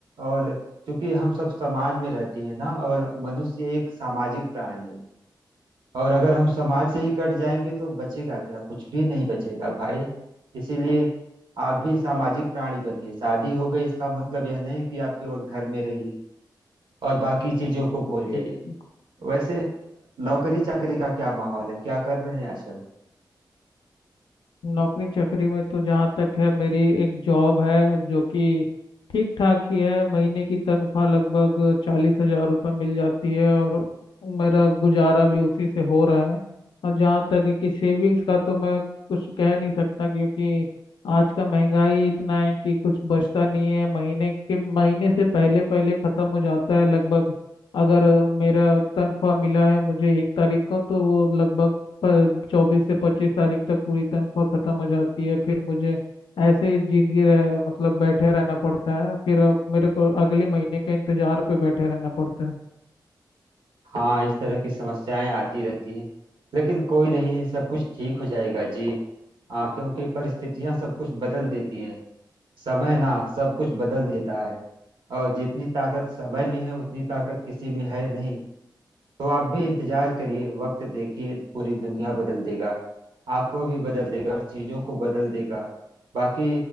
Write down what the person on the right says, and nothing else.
और क्योंकि हम सब समाज में रहते हैं ना और मनुष्य एक सामाजिक प्राणी है और अगर हम समाज से ही कट जाएंगे तो बचेगा क्या कुछ भी नहीं बचेगा भाई इसीलिए आप भी सामाजिक प्राणी बनिए शादी हो गई इसका मतलब यह नहीं कि आप केवल घर में रहिए और बाकी चीजों को
भूल जाइए
वैसे नौकरी चाकरी का क्या माहौल है क्या कर रहे हैं आजकल
हाँ इस तरह की समस्याएं आती रहती हैं लेकिन कोई नहीं सब कुछ ठीक हो जाएगा जी हाँ क्योंकि परिस्थितियां सब कुछ बदल देती हैं समय ना सब कुछ बदल देता है और जितनी ताकत समय में है उतनी ताकत किसी में है नहीं तो आप भी इंतजार करिए वक्त देखिए पूरी दुनिया बदल देगा आपको भी बदल देगा और चीजों को बदल देगा बाकी